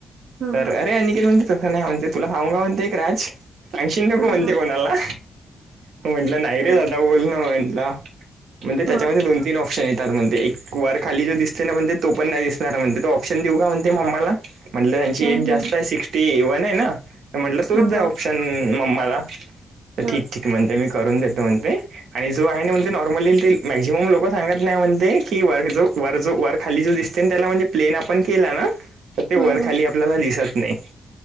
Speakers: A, on the right; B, on the right.
A: हा
B: तर
A: हा
B: अरे अनिकेत म्हणता. तसं नाही म्हणते, तुला सांगूका म्हणते एक राज? सांगशीन नको
A: हा
B: म्हणते
A: हा
B: कोणाला, म्हंटलं नाही रे
A: ह
B: दादा बोलणा म्हटलं. म्हणते, त्याच्यामध्ये
A: हा
B: दोन तीन ऑप्शन येतात म्हणते. वर खाली जो दिसते ना म्हणते, तो पण नाही दिसणार म्हणते, तो ऑप्शन देऊ का म्हणते मम्माला. म्हटलं त्यांची
A: हम्म
B: एज जास्तय,
A: हम्म
B: सिक्स्टी वने ना, म्हटलं तोच
A: हा
B: द्या,
A: हा
B: ऑप शन मम्माला,
A: हम्म
B: ठीक ठीक म्हणते, मी करून देतो म्हणते. आणि जो आहे ना म्हणते, नॉर्मली मॅक्झिमम लोक सांगत नाही म्हणते, की वर जो वर जो वर खाली जो दिसते ना, त्याला म्हणजे प्लेन आपण केला ना, त ते वर
A: हम्म हम्म
B: खाली आपल्याला दिसत नाही.